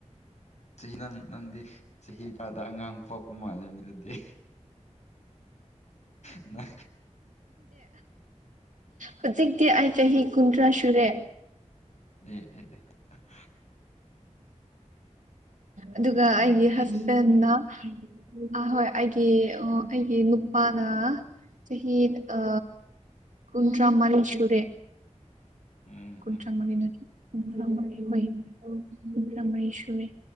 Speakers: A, on the left; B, on the right.
A: ꯆꯍꯤ ꯅꯪ ꯅꯪꯗꯤ ꯆꯍꯤ ꯇꯔꯗ ꯑꯉꯥꯡ ꯄꯣꯛꯄ ꯃꯥꯜꯂꯦꯅꯦ ꯑꯗꯨꯗꯤ ꯅ
B: ꯍꯧꯖꯤꯛꯇꯤ ꯑꯩ ꯆꯍꯤ ꯀꯨꯟꯊ꯭ꯔꯥ ꯁꯨꯔꯦ
A: ꯑꯦ
B: ꯑꯗꯨꯒ
A: ꯌꯥꯝ
B: ꯑꯩꯒꯤ
A: ꯍꯩꯁꯤꯡ
B: ꯍꯁꯕꯦꯟꯅ ꯑ ꯍꯣꯏ ꯑꯩꯒꯤ ꯑꯩꯒꯤ ꯅꯨꯄꯥꯅ ꯁꯍꯤꯗ ꯑ ꯀꯨꯟꯗ꯭ꯔꯥ ꯃꯔꯤ ꯁꯨꯔꯦ
A: ꯎꯝ
B: ꯀꯨꯟꯗ꯭ꯔꯥ
A: ꯎꯝ
B: ꯃꯔꯤ ꯀꯨꯟ꯭ꯔꯥꯔꯤꯩ ꯀꯨꯟꯗ꯭ꯔꯥ ꯃꯔꯤ ꯁꯨꯔꯦ